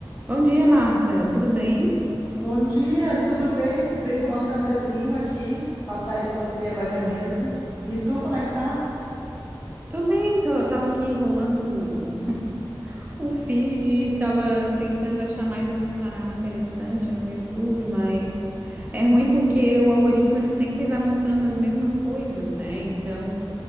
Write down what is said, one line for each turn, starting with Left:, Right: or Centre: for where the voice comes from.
Right: Bom dia, Marta. Tudo bem?
Left: Bom dia, tudo bem? Tudo bem? Tomando um cafezinho aqui. Passei, passei agorinha mesmo. E tu, como é que tá?
Right: Tô bem, tô, tava aqui rolando o, o feed, tava tentando achar mais algum canal interessante no YouTube, mas é ruim porque o algoritmo ele sempre vai mostrando as mesmas coisas, né? Então